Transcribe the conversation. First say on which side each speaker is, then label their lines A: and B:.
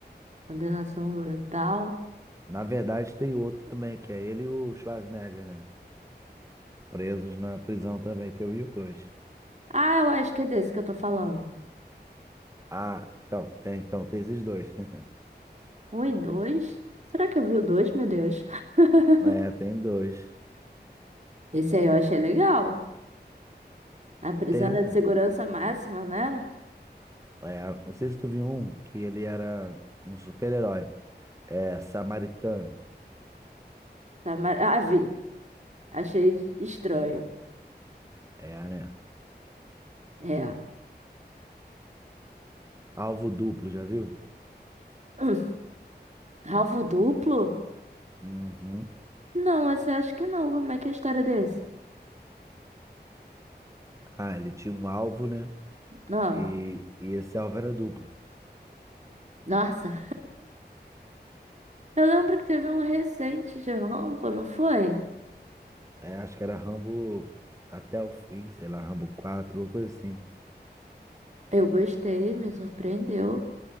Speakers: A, on the right; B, on the right.
A: Condenação brutal.
B: Na verdade, tem outro também, que é ele e o Schwarzenegger, né? presos na prisão também, tem o e o dois.
A: Ah, eu acho que é desse que eu tô falando.
B: Ah, então, tem, então, tem esses dois. <laughs>
A: Um e dois? Será que eu vi o dois, meu Deus? <laughs>
B: É, tem dois.
A: Esse aí eu achei legal. A prisão
B: Tem
A: era
B: um,
A: de segurança máxima, não era?
B: é, não sei se tu viu um, que ele era um super-herói. É, samaritano.
A: Tá mar... Ah, vi. Achei estranho.
B: É, né?
A: É.
B: Alvo duplo, já viu?
A: Hum, alvo duplo?
B: Uhum.
A: Não, esse eu acho que não. Como é que é a história desse?
B: Ah, ele tinha um alvo, né?
A: Não.
B: E, e esse alvo era duplo.
A: Nossa, eu lembro que teve um recente de rampa, não foi?
B: É, acho que era Rambo até o fim, sei lá, Rambo 4 uma coisa assim.
A: Eu gostei, me surpreendeu.